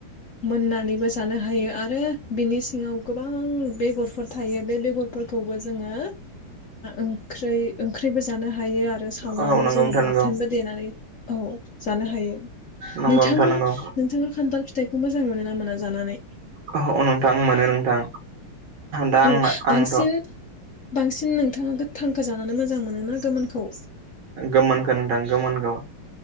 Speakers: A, on the left; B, on the right.
A: मोननानैबो जानो हायो आरो बिनि सिङाव गोबां बेगरफोर थायो बे बेगर फोरखौबो जोङो ओंख्रै ओंख्रिबो जानो हायो आरो सावनानै
B: औ नंगौ
A: जोङो
B: नोंथां
A: बाथोनबो
B: नंगौ
A: देनानै औ जानो हायो
B: नंगौ
A: नोंथाङा
B: नोंथां नंगौ
A: नोंथाङा खान्थाल फिथाइ मोजां मोनो ना मोना जानानै?
B: अ नोंथां मोनो नोंथां। दा
A: औ
B: आं आंथ'
A: बांसिन बांसिन नोंथाङा गोथांखौ जानानै मोजां मोन ना गोमोनखौ?
B: गोमोनखौ नोंथां गोमोनखौ